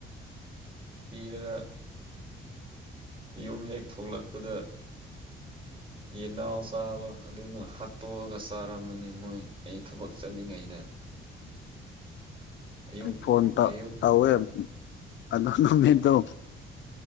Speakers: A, on the right (about 25°); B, on the left (about 70°).
A: ꯄꯤꯔꯒ ꯌꯨꯝ ꯍꯦꯛ ꯊꯣꯛꯂꯛꯄꯗ ꯌꯦꯟꯅꯥꯎ ꯆꯥꯕ ꯑꯗꯨꯅ ꯍꯥꯠꯇꯣꯛꯑꯒ ꯆꯥꯔꯝꯝꯕꯅꯤ ꯃꯣꯏ ꯑꯩ ꯊꯕꯛ ꯆꯠꯂꯤꯉꯩꯗ <inaudible>
B: ꯑꯩ ꯐꯣꯟ ꯇꯧ
A: ꯑꯌꯨꯛ
B: ꯇꯧꯋꯦ ꯑꯗꯣ ꯅꯨꯃꯤꯠꯇꯣ